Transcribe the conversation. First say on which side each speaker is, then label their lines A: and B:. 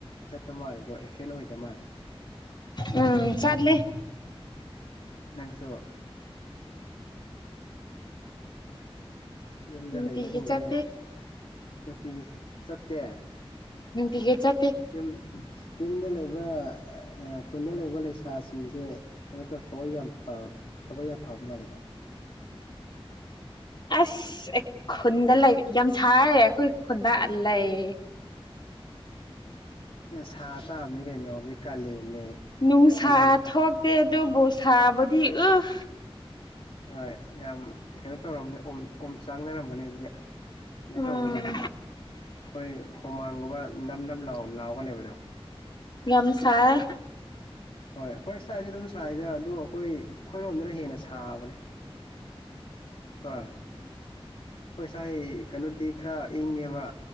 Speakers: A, on the left; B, on the left.
A: ꯆꯠꯄ ꯃꯥꯜꯂꯦꯀꯣ ꯑꯦꯞꯁꯦꯟ ꯑꯣꯏꯗꯕ ꯃꯥꯜꯂꯦ
B: ꯎꯝ ꯆꯠꯂꯦ
A: ꯅꯪꯁꯨ ꯌꯨꯝꯗ
B: ꯅꯨꯡꯇꯤꯒꯤ
A: ꯂꯩꯕꯁꯤꯡꯁꯦ
B: ꯆꯠꯇꯦ
A: ꯅꯨꯡꯇꯤꯒꯤ ꯆꯠꯇꯦ
B: ꯅꯨꯡꯇꯤꯒꯤ ꯆꯠꯇꯦ
A: ꯌꯨꯝ ꯌꯨꯝꯗ ꯂꯩꯕ ꯈꯨꯟꯗ ꯂꯩꯕ ꯂꯩꯁꯥꯁꯤꯡꯁꯦ ꯀꯩꯅꯣ ꯇꯧ ꯊꯕꯛ ꯌꯥꯝ ꯊꯕꯛ ꯌꯥꯝ ꯐꯕ ꯃꯥꯜꯂꯦꯗ
B: ꯑꯁ ꯑꯦ ꯈꯨꯟꯗ ꯂꯩ ꯌꯥꯝ ꯁꯥꯏꯌꯦ ꯑꯩꯈꯣꯏ ꯈꯨꯟꯗ ꯂꯩ
A: ꯁꯥ ꯇꯥꯕꯅꯤ ꯀꯩꯅꯣ ꯍꯧꯖꯤꯛ ꯀꯥꯂꯦꯟꯅꯦ
B: ꯅꯨꯡꯁꯥ
A: ꯀꯥꯂꯦꯟ
B: ꯊꯣꯛꯇꯦ ꯑꯗꯨꯕꯨ ꯁꯥꯕꯨꯗꯤ ꯎꯝ
A: ꯍꯣꯏ ꯌꯥꯝ ꯀꯩꯅꯣ ꯇꯧꯔꯝꯒꯅꯦ ꯑꯣ ꯑꯣꯝ ꯆꯥꯡꯅꯔꯒꯅꯦ ꯑꯗꯨꯗꯤ
B: ꯎꯝ
A: ꯇꯧꯕꯗꯣ ꯑꯩꯈꯣꯏ ꯍꯨꯃꯥꯡꯒꯨꯝꯕ ꯅꯝ ꯅꯝ ꯂꯥꯎ ꯂꯥꯎꯕꯅꯦꯕ ꯗꯨ
B: ꯌꯥꯝ ꯁꯥꯢ
A: ꯍꯣꯏ ꯑꯩꯈꯣꯏ ꯁꯥꯏꯁꯨ ꯑꯗꯨꯝ ꯁꯥꯏꯗ ꯑꯗꯣ ꯑꯩꯈꯣꯏ ꯑꯩꯈꯣꯏꯔꯣꯝꯗꯅ ꯍꯦꯟꯅ ꯁꯥꯕꯅꯦ ꯍꯣꯢ ꯑꯩꯣꯏ ꯁꯥꯏ ꯀꯩꯅꯣꯗꯤ ꯈꯔ ꯏꯪꯉꯦꯕ